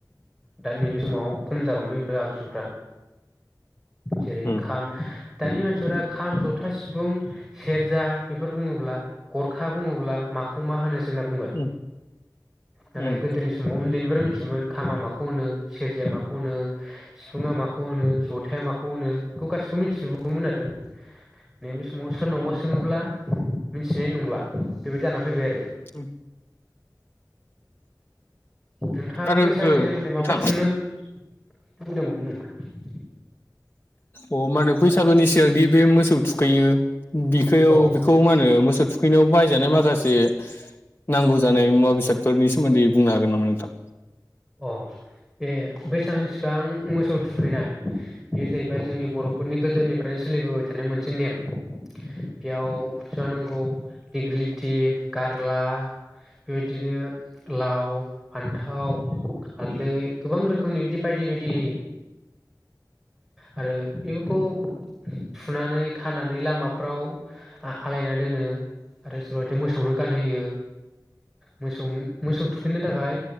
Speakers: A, in the centre; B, on the left.
A: दा नैबे समाव खम जालांबाय बेफोर आगजुफ्रा जेरै
B: उम
A: खाम दानि मानसिफोरा खाम ज था सिफुं सेरजा बेफोर बुङोब्ला गरखा बुङोब्ला माखौ मा होनो सो होनना बुंगोन
B: उम
A: नाथाय
B: उम
A: गोदोनि समाव उन्दैनिफ्रायनो मिथि मोन खामा माखौ होनो सेरजाया माखौ होनो सिफुङा माखौ होनो जथाया माखौ होनो बेखौ गासिखौबो मिथिजोबोबोमोन आरो नैबे समाव सोरनावबा
B: उम
A: सोङोब्ला मिथिनाय नंला बेबायदि जाना फैबाय आरो
B: उम
A: नोंथाङा
B: आरो
A: बैसागोनि
B: ओ
A: सोमोन्दै
B: नोंथां
A: माबाफोर सोंनो
B: अ
A: लुगैदोंमोन नामा
B: अ मा होनो बैसागोनि सिगां दि बे मोसौ थुखैयो बिखोयौ
A: औ
B: बिखौ मा होनो मोसो थुखैनायाव बाहायजानाय माखासे नांगौ जानाय मुवा बेसादफोरनि सोमोन्दै बुंनो हागोन नामा नोंथां?
A: अ बे बैसागोनि सिगां मोसौ थुखैनाय बे जाहैबाय जोंनि बर'फोरनि गोदोनि फ्रायनो सोलिबोबाय थानाय मोनसे नेम बेयाव जानांगौ दिग्लिलिथि गारला बेबायदिनो लाव फान्थाव हालदै गोबां रोखोमनि बिदि बायदि बायदि आरो बेफोरखौ थुनानै खानानै लामाफ्राव आ आलायनानै दोनो आरो सोरबा बादिया मोसौनो गानहोयो मोसौ मोसौ थुखैनो थाखाय थाखाय